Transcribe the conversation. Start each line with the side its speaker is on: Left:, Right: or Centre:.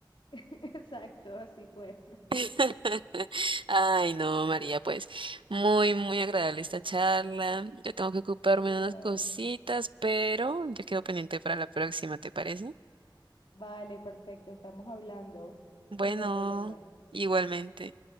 Left: <laughs> Exacto, así fue. <laughs>
Right: <laughs> Ay, no, María, pues muy, muy agradable esta charla. Yo tengo que ocuparme
Left: Igual.
Right: de unas cositas, pero yo quedo pendiente para la próxima, ¿te parece?
Left: Vale, perfecto, estamos hablando.
Right: Bueno,
Left: Cuídate, Brenda.
Right: igualmente.